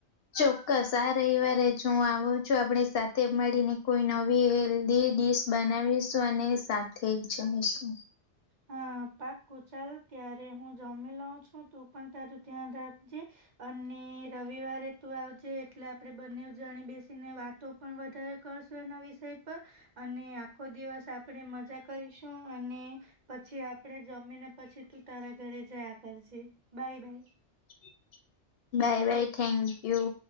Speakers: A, on the left; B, on the right.
A: ચોક્કસ આ રવિવારે જ હું આવું છું, આપણે સાથે મળીને કોઈ નવી હેલ્ધી. ડીશ બનાવીશું અને સાથે જ જમીશું.
B: હા પાકું ચાલો ત્યારે હું જમી લઉ છું. તું પણ તારૂં ધ્યાન રાખજે અને રવિવારે તું આવજે એટલે આપડે બંને જાણી બેસીને વાતો પણ વધારે કરશો. એ વિષય પર અને આખો દિવસ આપણેે મજા કરીશું અને પછી આપડે જમી ને પછી તું તારા ઘરે જયા કરજે bye bye
A: <unintelligible> <inaudible> bye bye thank you